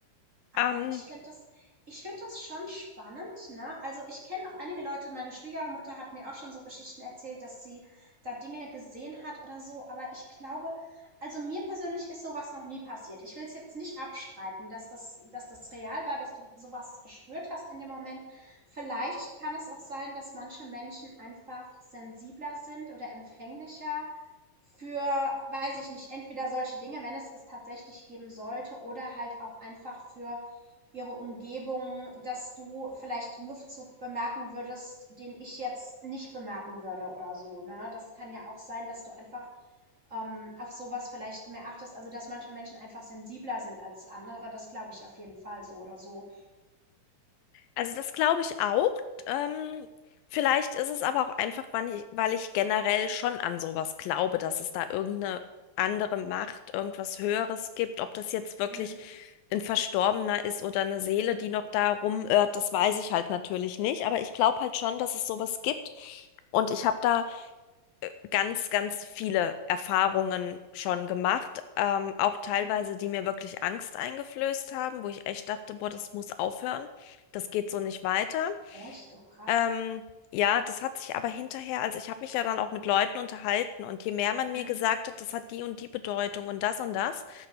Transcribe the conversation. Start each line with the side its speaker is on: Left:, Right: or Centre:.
Right: Aber
Left: Ähm,
Right: ich finde das ich finde das schon spannend, ne? Also, ich kenne auch einige Leute meine Schwiegermutter hat mir auch schon so Geschichten erzählt, dass sie da Dinge gesehen hat oder so. Aber ich glaube also, mir persönlich ist so was noch nie passiert. Ich will es jetzt nicht abstreiten, dass das dass das real war, dass du sowas gespürt hast in dem Moment. Vielleicht kann es auch sein, dass manche Menschen einfach sensibler sind oder empfänglicher für, weiß ich nicht, entweder solche Dinge, wenn es das tatsächlich geben sollte, oder halt auch einfach für ihre Umgebung, dass du vielleicht einen Luftzug bemerken würdest, den ich jetzt nicht bemerken würde oder so. Ne? Das kann ja auch sein, dass du einfach ähm, auf sowas vielleicht mehr achtest. Also, dass manche Menschen einfach sensibler sind als andere, das glaube ich auf jeden Fall so oder so.
Left: also das glaube ich auch. Ähm, vielleicht ist es aber auch einfach, weil ich, weil ich generell schon an sowas glaube, dass es da irgendeine andere Macht, irgendwas Höheres gibt. Ob das jetzt wirklich
Right: Mhm.
Left: ein Verstorbener ist oder eine Seele, die noch da rumirrt, das weiß ich halt natürlich nicht. Aber ich glaube halt schon, dass es sowas gibt. Und ich habe da ganz, ganz viele Erfahrungen schon gemacht, ähm, auch teilweise,
Right: Mhm.
Left: die mir wirklich Angst eingeflößt haben, wo ich echt dachte, boah, das muss aufhören, das geht so nicht weiter.
Right: Echt? Oh, krass.
Left: Ähm, ja, das hat sich aber hinterher, also ich habe mich ja dann auch mit Leuten unterhalten und je mehr man
Right: Mhm.
Left: mir gesagt hat, das hat die und die Bedeutung und das und das,